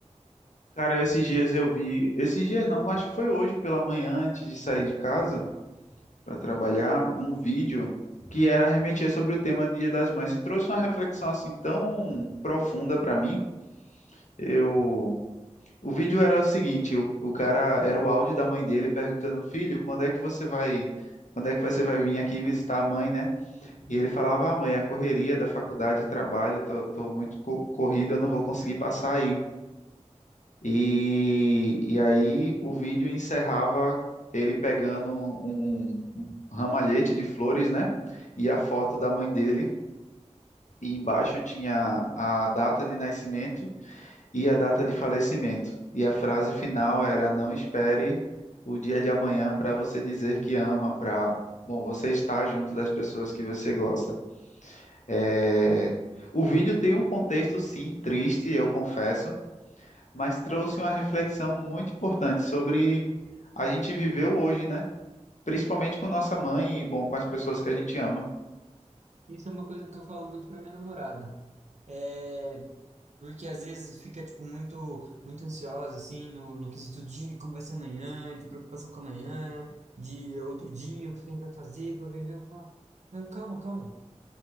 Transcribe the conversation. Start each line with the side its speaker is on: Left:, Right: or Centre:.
Left: Cara, esses dias eu vi, esses dias não, acho que foi hoje pela manhã, antes de sair de casa para trabalhar, um vídeo que era remetia sobre o tema Dia das Mães e trouxe uma reflexão assim tão profunda para mim. Eu, o vídeo era o seguinte, o, o cara era o áudio da mãe dele perguntando, filho, quando é que você vai, quando é que você vai vir aqui visitar a mãe, né? E ele falava, ah, mãe, a correria da faculdade, trabalho, tô, tô muito co- corrido, eu não vou conseguir passar aí. E, e aí o vídeo encerrava ele pegando um, um ramalhete de flores, né? E a foto da mãe dele. E embaixo tinha a data de nascimento e a data de falecimento. E a frase final era: Não espere o dia de amanhã para você dizer que ama, para, bom, você estar junto das pessoas que você gosta. É, O vídeo tem um contexto, sim, triste, eu confesso mas trouxe uma reflexão muito importante sobre a gente viveu hoje, né? Principalmente com nossa mãe e, bom, com as pessoas que a gente ama.
Right: Isso é uma coisa que eu falo muito pra minha namorada, é, porque às vezes fica, tipo, muito, muito ansiosa, assim, no, no quesito de como vai ser amanhã, de preocupação com amanhã, de outro dia, o que a gente vai fazer pra viver, eu falo, "Não, calma, calma,